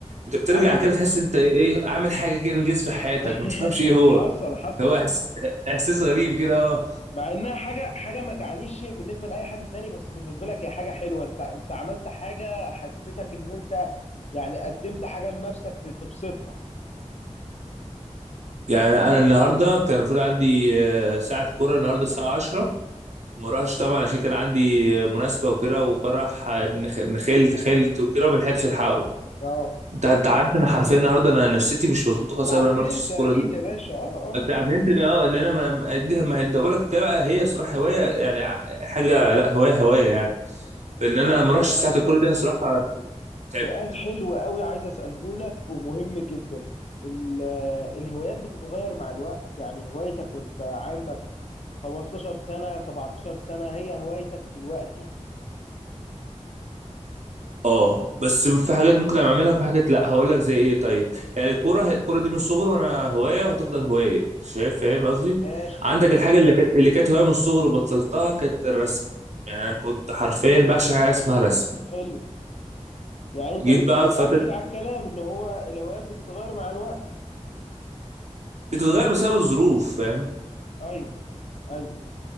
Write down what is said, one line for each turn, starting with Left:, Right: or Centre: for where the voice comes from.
Right: انت بترجع
Left: ايوه
Right: كده تحس انت ايه عامل حاجه كده انجاز في حياتك
Left: <laughs>
Right: ما تفهمش ايه هو
Left: حصل حصل
Right: هو إحس- احساس غريب كده اه
Left: مع انها حاجه حاجه ما تعنيش شيء بالنسبه لاي حد تاني بس بالنسبه لك هي حاجه حلوه انت انت عملت حاجه حسيتك ان انت يعني قدمت حاجه لنفسك ت- تبسطها
Right: يعني انا النهارده كان المفروض عندي آه، ساعه كوره النهارده الساعه 10 ما راحش طبعا عشان كان عندي مناسبه وكده وفرح آه، ابن خ- ابن خالت خالت وكده وما لحقتش الحقه
Left: اه
Right: انت انت عارف انا حرفيا النهارده انا نفسيتي مش مظبوطه خالص
Left: اتعكننت
Right: أنا ما رحتش الكوره
Left: اكيد
Right: دي
Left: يا باشا اه اه
Right: بس عشان انت إن- اه ان انا ما دي ما هي- ده بقول لك ده بقى هي صراحه هوايه يعني ع- حاجه لا هوايه هوايه يعني فان انا
Left: طب
Right: ما اروحش
Left: آه،
Right: ساعه الكوره دي صراحه تعبت
Left: سؤال حلو قوي عايز اساله لك ومهم جدا ال- آه، الهوايات بتتغير مع الوقت يعني هوايتك وانت عندك 15 سنة 17 سنة هي هوايتك دلوقتي
Right: اه بس في حاجات ممكن اعملها وفي حاجات لا هقول لك زي ايه طيب يعني الكوره الكوره دي من الصغر وانا هوايه وهتفضل هوايه شايف فاهم قصدي
Left: ماشي
Right: عندك الحاجه اللي كانت اللي كانت هوايه من الصغر وبطلتها كانت الرسم يعني انا كنت حرفيا بعشق حاجه اسمها رسم
Left: حلو يعني انت
Right: جيت
Left: بت-
Right: بقى
Left: بتأكد
Right: في فتره
Left: على الكلام ان هو الهوايات بتتغير مع الوقت
Right: بتتغير بسبب الظروف فاهم
Left: ايوه ايوه